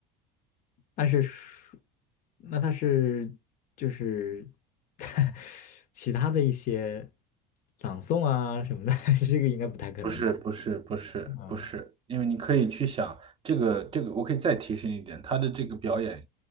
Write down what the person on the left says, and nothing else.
但是说那他是就是 <laughs> 其他的一些朗诵啊什么的，<laughs> 这个应该不太可能吧？
啊，